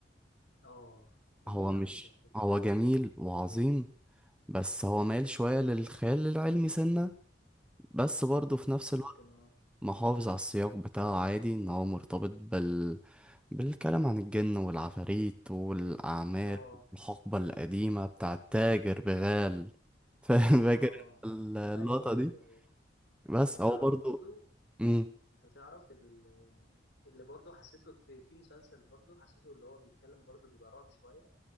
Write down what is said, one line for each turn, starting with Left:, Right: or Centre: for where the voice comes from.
Left: اه جميل
Centre: هو مش
Left: على فكرة في ال-
Centre: هو جميل وعظيم بس هو مايل شويه للخيال العلمي سنه بس برضه في نفس
Left: ممكن
Centre: الوقت
Left: اه
Centre: محافظ على السياق بتاعه عادي ان هو مرتبط بال بالكلام عن الجن والعفاريت والاعمال
Left: اه
Centre: الحقبه القديمه بتاع التاجر بغال <laughs> فاهم- فاكر
Left: اه
Centre: انت اللقطه
Left: ايوه ايوه
Centre: دي
Left: ايوه
Centre: بس
Left: انت تعرف
Centre: هو برضه
Left: برضو
Centre: امم
Left: انت تعرف ال- اللي برضو حسيته في في مسلسل برضو حسيته اللي هو بيتكلم برضو بيبقى رعب شوية